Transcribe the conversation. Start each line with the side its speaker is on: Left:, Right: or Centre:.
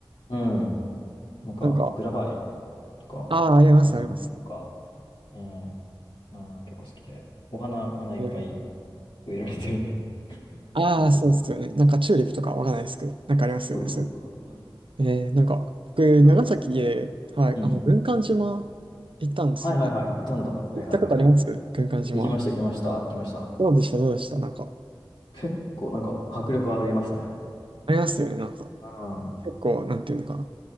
Left: うん。なんか、
Right: なんか、
Left: グラバー園とか、
Right: ああ、あります、
Left: ハウステンボスとか、
Right: あります。
Left: うん。ああ、結構好きで。お花、お花いっぱい
Right: えー、
Left: 植えられてる。<laughs>
Right: ああ、
Left: そう。
Right: そうですよね。なんかチューリップとかわかんないですけど、なんかありますよね、
Left: そうそうそう。
Right: そういう
Left: うん、
Right: の。えー、なんか、僕、
Left: 好きだったわ。
Right: 長崎で、はい、
Left: うん。
Right: あの、軍艦島行ったんですよね。
Left: はいはいはい、行ったんだ。
Right: 行ったことあります軍艦島。
Left: はいはいはいはい。行きました、行きました、行きました。
Right: どうでした、どうでした、なんか。
Left: 結構、なんか、迫力ありましたね。
Right: ありますよね、なんか。
Left: うん
Right: 結構、なんていうのか